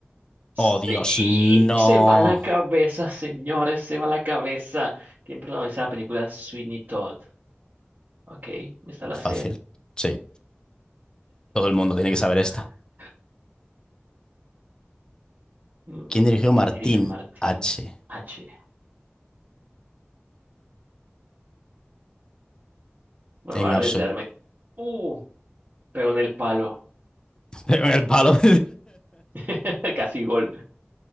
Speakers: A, on the right; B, on the left.
A: sí,
B: Oh, Dios, no.
A: se va la cabeza, señores, se va la cabeza. ¿Quién protagoniza la película Sweeney Todd? Ok, esta la
B: Fácil.
A: sé.
B: Sí, todo el mundo tiene
A: <sighs>
B: que saber esta.
A: Mm,
B: ¿Quién dirigió Martín
A: ¿Quién dirigió Martin
B: H?
A: H? Bueno,
B: En
A: voy a arriesgarme.
B: absoluto.
A: Uh, pegó en el palo.
B: <laughs> Pero El palo.
A: <laughs> Casi gol.